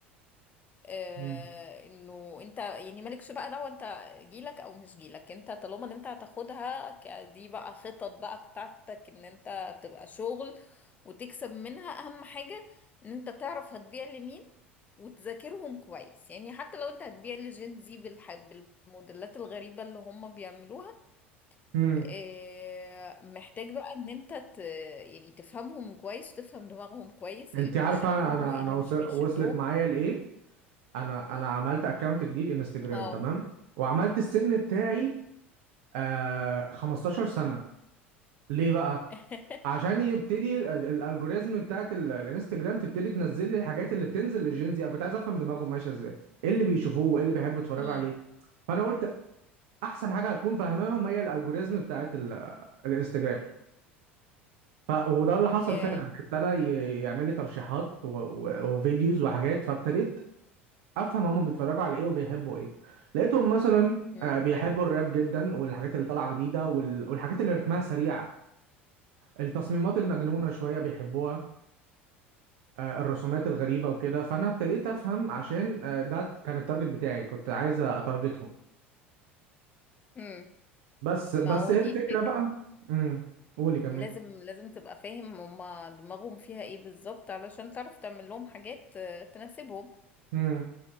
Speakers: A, on the left (about 25°); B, on the right (about 55°).
A: آه،
B: امم
A: انه انت يعني مالكش بقى دعوه انت جيلك او مش جيلك انت طالما ان انت هتاخدها ك- دي بقى خطط بقى بتاعتك ان انت تبقى شغل وتكسب منها اهم حاجه ان انت تعرف هتبيع لمين وتذاكرهم كويس يعني حتى لو انت هتبيع لجين زي بالح- بالموديلات الغريبه اللي هم بيعملوها
B: امم
A: آه، محتاج بقى ان انت ت... يعني تفهمهم كويس وتفهم دماغهم كويس
B: انت
A: ايه اللي
B: عارفه
A: بيشدهم
B: انا انا
A: وايه
B: انا
A: اللي مش
B: وص-
A: بيشدهم
B: وصلت معايا لايه انا انا عملت اكونت جديد انستجرام
A: اه
B: تمام وعملت السن بتاعي آه 15 سنة ليه بقى
A: <laughs>
B: عشان يبتدي ال- ال- الالجوريزم بتاعت ال- الانستجرام تبتدي تنزل لي الحاجات اللي بتنزل للجينزي انا كنت عايز افهم دماغهم ماشية ازاي ايه اللي بيشوفوه وايه اللي بيحبوا يتفرجوا
A: امم
B: عليه فانا قلت احسن حاجة هتكون فاهماهم هي الالجوريزم بتاعت ال- الانستجرام ف... وده اللي
A: اوكي
B: حصل فعلا ابتدى ي- يعمل لي ترشيحات و... و... وفيديوز وحاجات فابتديت افهم هما بيتفرجوا على ايه وبيحبوا ايه لقيتهم مثلا
A: امم
B: آه، بيحبوا الراب جدا والحاجات اللي طالعه جديده وال- والحاجات اللي رتمها سريع التصميمات المجنونه شويه بيحبوها آه، الرسومات الغريبه وكده فانا ابتديت افهم عشان آه، ده كان التارجت بتاعي كنت عايز اتارجتهم
A: امم
B: بس
A: ما
B: بس
A: هو
B: ايه
A: دي
B: الفكره
A: الفكرة
B: بقى امم قولي كملي
A: لازم لازم تبقى فاهم هما دماغهم فيها ايه بالظبط علشان تعرف تعمل لهم حاجات آه، تناسبهم
B: امم